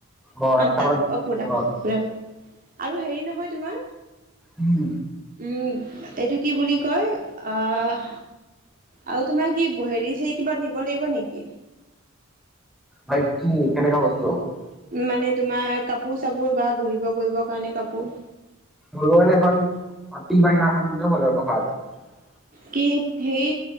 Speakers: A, in the centre; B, on the right (about 40°).
A: অ'
B: আঠটা,
A: মানত
B: <unintelligible> অকে,
A: অ'
B: বাই-বাই। আৰু হেৰি নহয় তোমাৰ
A: উম
B: উম, এইটো কি বুলি কয়, আহ আৰু তোমাৰ কি হেৰি-চেৰি কিবা নিব লাগিব নেকি?
A: ভাই কি, কেনেকুৱা বস্তু? <unintelligible>
B: মানে তোমাৰ, কাপোৰ-চাপোৰ বা বহিব কৰিবৰ কাৰণে কাপোৰ।
A: ভগৱানে এখন মাটি বাগিৰা এখন নলেও হলৰ বহাদ <unintelligible>
B: কি সেই,